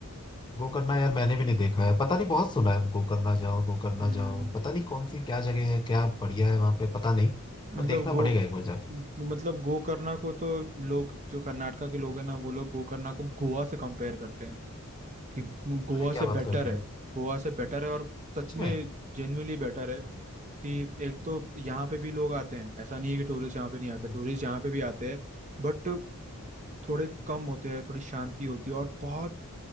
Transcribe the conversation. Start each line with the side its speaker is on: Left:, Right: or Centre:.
Left: गोकर्णा यार मैंने भी नहीं देखा है पता नहीं बहुत सुना है गोकर्णा जाओ गोकर्णा
Right: हम्म
Left: जाओ पता नहीं कौन सी क्या जगह है क्या बढ़िया है वहां पे पता नहीं
Right: मतलब
Left: पर देखना
Right: गो
Left: पड़ेगा एक बार जाके
Right: मतलब गोकर्णा को तो लोग जो कर्नाटका के लोग हैं ना वो लोग गोकर्णा को गोवा से कंपेयर करते हैं कि गोवा
Left: अरे
Right: से
Left: क्या बात
Right: बेटर
Left: कर दी
Right: है गोवा से बेटर है और सच
Left: सच
Right: में
Left: में
Right: जेन्युइनली बेटर है कि एक तो यहाँ पे भी लोग आते हैं ऐसा नहीं है कि टूरिस्ट यहाँ पे नहीं आते
Left: हम्म,
Right: टूरिस्ट यहाँ पे भी आते हैं बट थोड़े कम होते हैं थोड़ी शांति होती है और बहुत